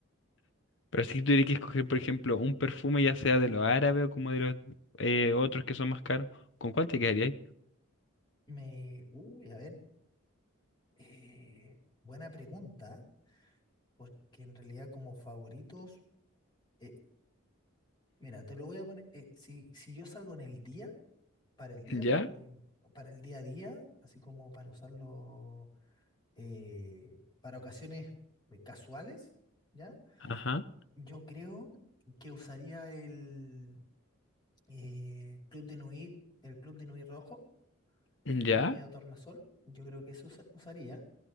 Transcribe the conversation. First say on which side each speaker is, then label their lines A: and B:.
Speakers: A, on the left; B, on the left.
A: Pero si tuviera que escoger, por ejemplo, un perfume ya sea de los árabes o como de los eh, otros que son más caros, ¿con cuál te quedarías?
B: Me. Uy, a ver. eh, buena pregunta. Porque en realidad como favoritos, eh, mira, te lo voy a poner, eh, si, si yo salgo en el día, para el día,
A: ¿Ya?
B: porque o para el día a día, así como para usarlo eh, para ocasiones eh, casuales, ¿ya?
A: Ajá.
B: Yo creo que usaría el eh, Club de Nui, el Club de Nui rojo,
A: ¿Ya?
B: que es como medio tornasol, yo creo que eso usa- usaría,